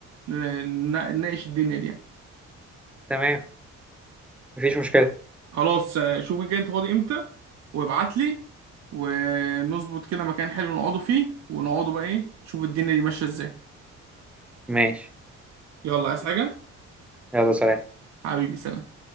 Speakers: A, on the right (about 60°); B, in the centre.
A: ن- ن- نناقش الدنيا دي يعني.
B: تمام مفيش مشكلة
A: خلاص آه، شوف كده انت فاضي امتى وابعت لي ونظبط كده مكان حلو نقعدوا فيه ونقعدوا بقى ايه نشوف الدنيا دي ماشية ازاي
B: ماشي
A: يلا عايز حاجة
B: يلا سلام
A: حبيبي سلام